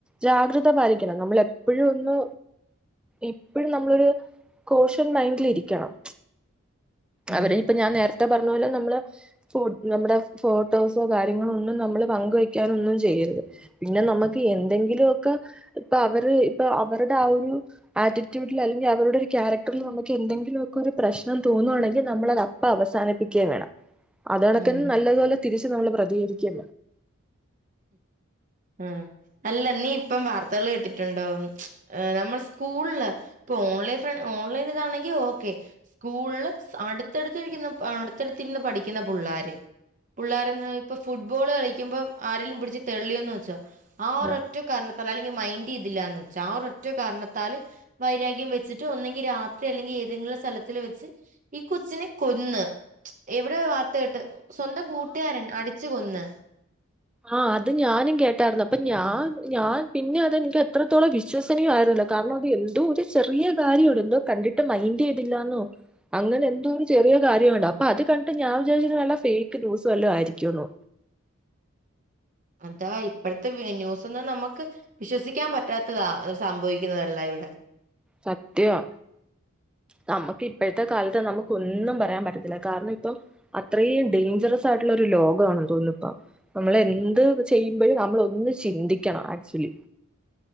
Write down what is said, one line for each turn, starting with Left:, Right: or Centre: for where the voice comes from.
Centre: ജാഗ്രത പാലിക്കണം നമ്മൾ എപ്പോഴും ഒന്ന് എപ്പോഴും നമ്മളൊരു കോഷൻ മൈൻഡിലിരിക്കണം
Right: ഉം
Centre: അവരെ ഇപ്പ ഞാൻ നേത്തെ ത്തെ പറഞ്ഞ പോലെ നമ്മള് നമ്മുടെ ഫോട്ടോസോ കാര്യങ്ങളോ ഒന്നും നമ്മള് പങ്കുവയ്ക്കാനൊന്നും ചെയ്യരുത് പിന്നെ നമ്മക്ക് എന്തെങ്കിലുഒക്കെ ഇപ്പൊ അവര് ഇപ്പൊ അവരുടെ ആ ഒരു ആറ്റിറ്റ്യൂഡിൽ അല്ലെങ്കിൽ അവരുടെ ഒരു ക്യാരക്ടറിൽ നമുക്ക് എന്തെങ്കിലുഒക്കെ ഒരു പ്രശ്നം തോന്നുവാണെങ്കിൽ നമ്മളതപ്പ അവസാനിപ്പിക്കേം വേണം അത്കണക്കിന്
Right: ഉം
Centre: നല്ലതുപോലെ തിരിച്ച് നമ്മള് പ്രതികരിക്കാ
Right: ആ അല്ല നീ ഇപ്പം വാർത്തകള് കേട്ടിട്ടുണ്ടോ നമ്മൾ സ്കൂളില് ഇപ്പൊ ഓൺലൈൻ ഫ്ര ഓൺലൈൻ ഇതാണെങ്കി ഓക്കെ സ്കൂളില് അടുത്തടുത്തിരിക്കുന്ന അടുത്തടുത്തിരുന്ന് പഠിക്കുന്ന പുള്ളാര് പുള്ളോര്ന്ന് ഇപ്പൊ ഫുട്ബോള് കളിക്കുമ്പം ആരേലും പിടിച്ച് തെള്ളിയോന്ന് വെച്ചോ ആ ഒരറ്റ
Centre: ഉം
Right: കാരണത്താൽ അല്ലെങ്കിൽ മൈൻഡ് ചെയ്തില്ലാന്ന് വെച്ചാ ആ ഒരറ്റ കാരണത്താല് വൈരാഗ്യം വെച്ചിട്ട് ഒന്നെങ്കി രാത്രി അല്ലെങ്കിൽ ഏതെങ്കിലും സ്ഥലത്തില് വെച്ച് ഈ കൊച്ചിനെ കൊന്ന് എവിടെ വാർത്ത കേട്ട് സ്വന്തം കൂട്ടുകാരൻ അടിച്ചു കൊന്ന്
Centre: ആഹ് അത് ഞാനും കേട്ട ട്ടാർന്നു അപ്പൊ ഞാൻ
Right: ആ
Centre: ഞാൻ പിന്നെ അത് എനിക്ക് എത്രത്തോളം വിശ്വസനീയ ആരുന്നോ കാരണം അത് എന്തോ ഒരു ചെറിയ കാര്യമുണ്ട് എന്തോ കണ്ടിട്ട് മൈൻഡ് ചെയ്തില്ലാന്നോ അങ്ങനെ എന്തോ ഒരു ചെറിയ കാര്യുണ്ട അപ്പൊ അത് കണ്ടിട്ട് ഞാൻ വിചാരിച്ച നല്ല ഫേക്ക് ന്യൂസ് വല്ല ആയിരിക്കുന്നു
Right: അതാ ഇപ്പോഴത്തെ ന്യൂസ് ഒന്നും നമുക്ക് വിശ്വസിക്കാൻ പറ്റാത്തതാ സംഭവിക്കുന്നതല്ല ഇവിടെ
Centre: സത്യം നമുക്കി പ്പോഴത്തെ കാലത്ത് നമുക്കൊന്നും പറയാൻ പറ്റത്തില്ല. കാരണം ഇപ്പം അത്രയും ഡേഞ്ചറസ് ആയിട്ടുള്ളൊ ഒരു ലോകണ തോന്നുന്നുപ്പ നമ്മൾ എന്ത് ചെയ്യുമ്പോഴും നമ്മള ഒന്ന് ചിന്തിക്കണം ആക്ച്വലി